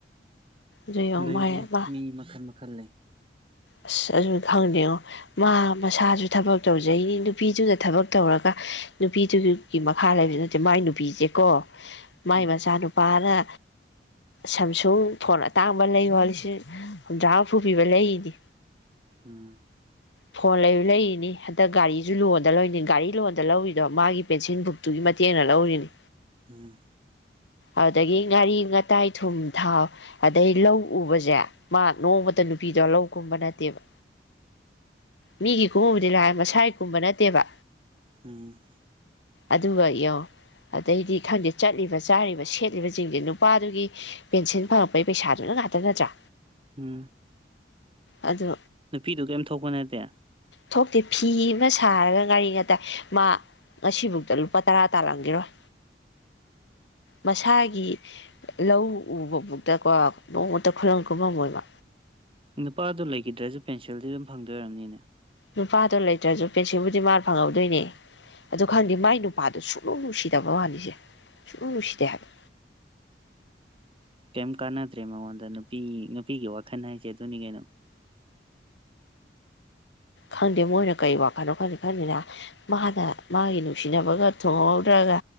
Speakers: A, on the left; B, on the right.
A: ꯑꯗꯨ ꯌꯦꯡꯉꯣ
B: ꯂꯩ
A: ꯃꯥꯏ
B: ꯂꯩ
A: ꯃꯥ
B: ꯃꯤ ꯃꯈꯟ ꯃꯈꯟ ꯈꯜꯂꯦ
A: ꯑꯁ ꯑꯗꯨ ꯈꯪꯗꯦꯉꯣ ꯃꯥ ꯃꯁꯥꯁꯨ ꯊꯕꯛ ꯇꯧꯖꯩꯅꯤ ꯅꯨꯄꯤꯗꯨꯅ ꯊꯕꯛ ꯇꯧꯔꯒ ꯅꯨꯄꯤꯗꯨꯒꯤ ꯃꯈꯥ ꯂꯩꯕ ꯅꯠꯇꯦ ꯃꯥꯏ ꯅꯨꯄꯤꯁꯦꯀꯣ ꯃꯥꯏ
B: ꯎꯝ
A: ꯃꯆꯥ ꯅꯨꯨꯄꯥ ꯑꯗꯨꯅ ꯁꯥꯝꯁꯨꯡ ꯐꯣꯟ ꯑꯇꯥꯡꯕ ꯂꯩ ꯋꯣ ꯂꯤꯁꯤꯡ ꯍꯨꯝꯗ꯭ꯔꯥ ꯍꯨꯝꯐꯨ ꯄꯤꯕ ꯂꯩꯔꯤꯅꯤ
B: ꯎꯝ
A: ꯐꯣꯟ ꯂꯩꯌꯨ ꯂꯩꯔꯤꯅꯤ ꯍꯟꯗꯛ ꯒꯥꯔꯤꯁꯨ ꯂꯣꯟꯗ ꯂꯧꯏꯅꯤ ꯒꯥꯔꯤ ꯂꯣꯟꯗ ꯂꯧꯔꯤꯗꯣ ꯃꯥꯒꯤ ꯄꯦꯟꯁꯤꯟ ꯕꯨꯛꯇꯨꯒꯤ ꯃꯇꯦꯡꯅ ꯂꯧꯔꯤꯅꯤ
B: ꯎꯝ
A: ꯑꯗꯨꯗꯒꯤ ꯉꯥꯔꯤ ꯉꯥꯇꯥꯏ ꯊꯨꯝ ꯊꯥꯎ ꯑꯗꯩ ꯂꯧ ꯎꯕꯁꯦ ꯃꯥ ꯅꯣꯡꯃꯠꯗ ꯅꯨꯄꯤꯗꯣ ꯂꯧ ꯀꯨꯝꯕ ꯅꯠꯇꯦꯕ ꯃꯤꯒꯤ ꯀꯨꯝꯕꯨꯗꯤ ꯂꯥꯛ ꯃꯁꯥꯒꯤ ꯀꯨꯝꯕ ꯅꯠꯇꯦꯕ
B: ꯎꯝ
A: ꯑꯗꯨꯒ ꯌꯣꯡ ꯑꯗꯩꯗꯤ ꯈꯪꯗꯦ ꯆꯠꯂꯤꯕ ꯆꯥꯔꯤꯕ ꯁꯦꯠꯂꯤꯕꯁꯤꯡꯁꯦ ꯅꯨꯄꯥꯗꯨꯒꯤ ꯄꯦꯟꯁꯤꯟ ꯐꯪꯉꯛꯄꯒꯤ ꯄꯩꯁꯥꯗꯨꯅ ꯉꯥꯛꯇ ꯅꯠꯇ꯭ꯔꯥ
B: ꯎꯝ
A: ꯑꯗꯨ
B: ꯅꯨꯄꯤꯗꯨ ꯀꯔꯤꯝ ꯊꯣꯛꯄ ꯅꯠꯇꯦ
A: ꯊꯣꯛꯇꯦ ꯐꯤ ꯑꯃ ꯁꯥꯔꯒ ꯉꯥꯔꯤ ꯉꯇꯥꯏ ꯃꯥ ꯉꯁꯤꯐꯧꯗ ꯂꯨꯄꯥ ꯇꯔꯥ ꯇꯥꯜꯂꯝꯈꯤꯔꯣꯏ ꯃꯁꯥꯒꯤ ꯂꯧ ꯎꯕ ꯐꯧꯗ ꯀꯣ ꯅꯣꯡꯃꯇ ꯈꯨꯂꯪ ꯀꯨꯝꯃꯝꯃꯣꯏꯕ
B: ꯅꯨꯄꯥꯗꯣ ꯂꯩꯈꯤꯗ꯭ꯔꯁꯨ ꯄꯦꯟꯁꯤꯜꯗꯤ ꯑꯗꯨꯝ ꯐꯪꯗꯣꯏ ꯑꯣꯏꯔꯝꯅꯤꯅꯦ
A: ꯅꯨꯄꯥꯗꯣ ꯂꯩꯇ꯭ꯔꯁꯨ ꯄꯦꯟꯁꯤꯜꯕꯨꯗꯤ ꯃꯥꯅ ꯐꯪꯍꯧꯗꯣꯏꯅꯦ ꯑꯗꯨ ꯈꯪꯗꯦ ꯃꯥꯏ ꯅꯨꯄꯥꯗꯣ ꯁꯨꯛꯅꯨꯡ ꯅꯨꯡꯁꯤꯗꯕ ꯋꯥꯅꯤꯁꯦ ꯁꯨꯛꯅꯨꯡ ꯅꯨꯡꯁꯤꯗꯦ ꯍꯥꯏꯕ
B: ꯀꯩꯝ ꯀꯥꯟꯅꯗ꯭ꯔꯦ ꯃꯉꯣꯟꯗ ꯅꯨꯄꯤ ꯅꯨꯄꯤꯒꯤ ꯋꯥꯈꯜ ꯍꯥꯏꯁꯦ ꯑꯗꯨꯅꯤ ꯀꯩꯅꯣ
A: ꯈꯪꯗꯦ ꯃꯣꯏꯅ ꯀꯔꯤ ꯋꯥꯈꯜꯅꯣ ꯈꯪꯗꯦ ꯈꯪꯗꯦꯅ ꯃꯥꯅ ꯃꯥꯒꯤ ꯅꯨꯡꯁꯤꯅꯕꯒ ꯊꯣꯡꯍꯧꯗ꯭ꯔꯒ